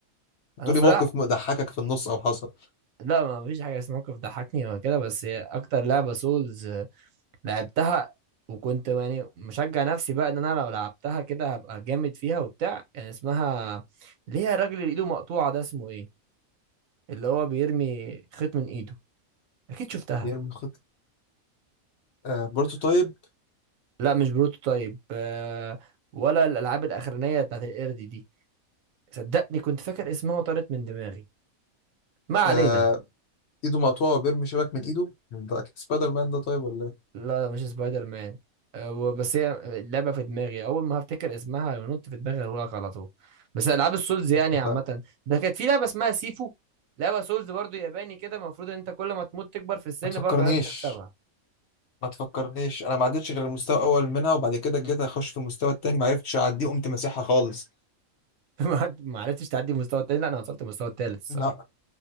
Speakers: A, on the left; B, on the right.
A: بتقولي
B: انا صراحه
A: موقف ضحكك في النص او حصل
B: لا ما فيش حاجه اسمها موقف ضحكني ولا كده بس هي اكتر لعبه سولز لعبتها وكنت يعني مشجع نفسي بقى ان انا لو لعبتها كده هبقى جامد فيها وبتاع كان اسمها اللي هي الراجل اللي ايده مقطوعة ده اسمه ايه اللي هو بيرمي خيط من ايده اكيد شفتها
A: بيرمي خط آه بروتوتايب
B: لا مش بروتوتايب آه ولا الالعاب الاخرانية بتاعت القرد دي صدقني كنت فاكر اسمها وطارت من دماغي ما علينا
A: آه ايده مقطوعه وبيرمي شبك من ايده ده اكيد سبايدر مان ده طيب ولا ايه
B: لا لا مش سبايدر مان أه، و- بس هي اللعبه في دماغي اول ما هفتكر اسمها ونط في دماغي هقول لك على طول بس العاب السولز يعني
A: مش
B: عامه
A: فاهم.
B: ده كانت في لعبه اسمها سيفو لعبه سولز برضو ياباني كده المفروض ان انت كل ما تموت تكبر في السن
A: ما تفكرنيش
B: برضو عرفت تكسبها
A: ما تفكرنيش انا ما عدتش غير المستوى الاول منها وبعد كده جيت اخش في المستوى التاني ما عرفتش اعديه قمت مسيحها خالص
B: <laughs> ما ما عرفتش تعدي المستوى التاني لا انا وصلت المستوى التالت الصراحه
A: لا